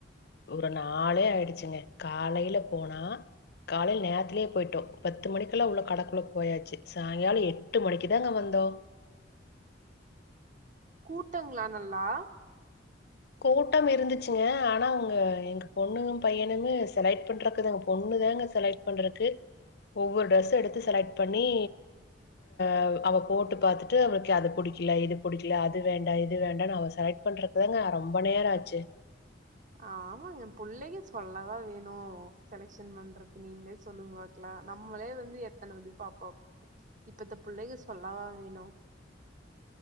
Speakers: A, on the left; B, on the right.
A: ஒரு நாளே ஆயிடுச்சிங்க காலேல போனா காலைலே நேரத்லேயே போயிட்டோ பத்து மணிக்கெல்லா உள்ள கடக்குள்ள போயாச்சி சாய்ங்காலோ எட்டு மணிக்கு தாங்க வந்தோ
B: கூட்டோங்ளா நல்லா
A: கூட்டம் இருந்துச்சிங்க அனா உங்க எங்க பொண்ணு பையனுமே செலக்ட் பண்றதுக்குங்க பொண்ணு தாங்க செலக்ட் பண்றக்கு ஒவ்வொரு ட்ரெஸ் எடுத்து செலக்ட் பண்ணி அவ் அவ போட்டு பாத்துட்டு அவளுக்கு அது புடிக்கல இது புடிக்கல அது வேண்டா இது வேண்டாம்னு அவ செலக்ட் பண்றக்குதாங்க ரொம்ப நேரோ ஆச்சி
B: ஆமாங்க புள்ளைங்க சொல்லவா வேணு செலக்சன் பண்றதுக்கு நீங்களே சொல்லுங்வாட் நம்மளே வந்து எத்தன இது பாப்பப் இப்ப இந்த புள்ளைங்க சொல்லவா வேணு